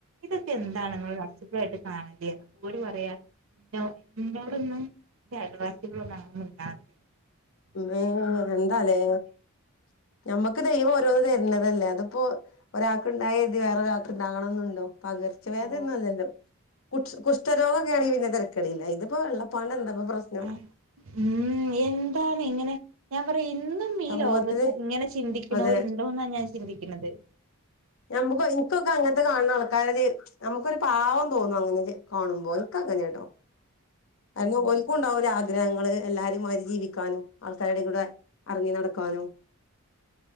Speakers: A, on the right (about 65°); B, on the left (about 60°).
A: ഇതൊക്കെ എന്താണ് നിങ്ങൾ അസുഖയിട്ട് കാണല്ലേ അപ്പൊ അവര് പറയാ ഇങ്ങോടൊന്നും ജനവാസന്നും ഉണ്ടാവില്ല
B: ദൈവമേ അപ്പ എന്താലേ നമ്മക്ക് ദൈവം ഓരോന്ന് തരണതല്ലേ അതിപ്പോ ഒരാൾക്ക് ഉണ്ടായത് വേറൊരാക്ക് ഉണ്ടാകണന്നുണ്ടോ പകർച്ചവ്യാധിയൊന്നും
A: ഓ
B: അല്ലല്ലോ കുഷ് കുഷ്ടരോഗമൊക്കെ ആണെങ്കി പിന്ന തരക്കേടില്ല ഇതിപ്പോ വെള്ളപ്പാണ്ട് എന്താപ്പ പ്രശ്നം
A: ആഹ് ഉം എന്താണ് ഇങ്ങനെ ഞാൻ പറ ഇന്നും ഈ
B: സമൂഹത്തില്
A: ലോകത്ത് ഇങ്ങനെ ചിന്തിക്കന്നവരുണ്ടോ
B: അതെ
A: എന്നാ ഞാൻ ചിന്തിക്കണത്
B: നമ്മുക്ക് ഇനിക്കൊക്കെ അങ്ങനത്തെ കാണ ആൾക്കാരത് നമുക്കൊരു പാവം തോന്നും അങ്ങനത് കാണുമ്പോ എന്ക്കങ്ങനേട്ടോ അതിന് ഓൽ ഉണ്ടാവുല്ലേ ആഗ്രഹങ്ങള് എല്ലാരേംമാരി ജീവിക്കാനും ആൾക്കാരുടെ കൂടെ എറങ്ങി നടക്കാനും